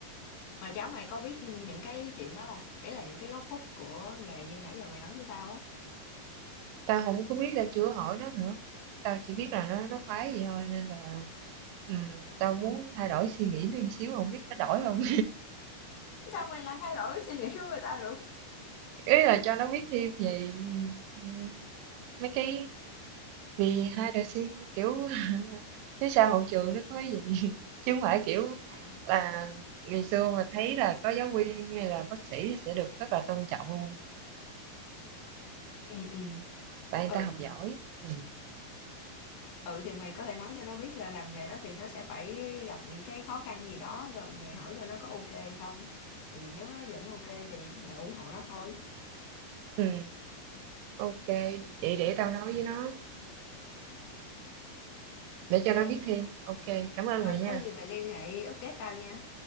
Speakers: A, on the left; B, on the right.
A: Mà cháu mày có biết những cái chuyện đó không? Ý là những cái góc khuất của nghề như nãy giờ mày nói với tao á.
B: tao không có biết tao chưa hỏi nó nữa tao chỉ biết là nó nó khoái vậy thôi nên là ừm, tao muốn thay đổi suy nghĩ thêm xíu không biết nó đổi không
A: Sao mày lại thay đổi suy nghĩ của người ta được?
B: <laughs> ý là cho nó biết thêm về ừm, mấy cái vì hai đời sinh kiểu <laughs> phía sau hậu trường nó có cái gì <laughs> chứ không phải kiểu
A: Ờ.
B: là ngày xưa mà thấy là có giáo viên hay là bác sĩ sẽ được rất là tôn trọng luôn
A: Ừ, ừ.
B: tại người
A: Ừ,
B: ta học giỏi ừ.
A: ừ, thì mày có thể nói cho nó biết là làm nghề đó thì nó sẽ phải gặp những cái khó khăn gì đó, rồi mày hỏi coi nó có OK không. Thì nếu nó vẫn OK thì mày ủng hộ nó thôi.
B: ừ ok vậy để tao nói với nó để
A: OK,
B: cho nó biết thêm ok cảm ơn
A: rồi
B: mày
A: có
B: nha
A: gì mày liên hệ update tao nha.